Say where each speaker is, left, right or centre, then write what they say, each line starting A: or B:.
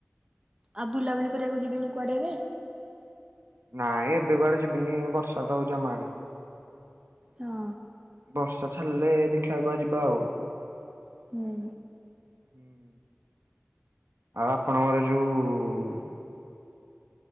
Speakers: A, on the right (about 20°); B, on the right (about 75°).
A: ଆଉ ବୁଲାବୁଲି କରିବାକୁ ଯିବେନି କୁଆଡେ ଏବେ?
B: ନାଇଁ ଏବେ କୁଆଡେ ଯିବିନି, ବର୍ଷା ତ ହଉଚି ଆମ ଆଡେ।
A: ହଁ।
B: ବର୍ଷା ଛାଡ଼ିଲେ ଦେଖିବା କୁୁଆ ଯିବା ଆଉ।
A: ହୁଁ।
B: ହୁଁ ଆଉ ଆପଣଙ୍କର ଯୋଉ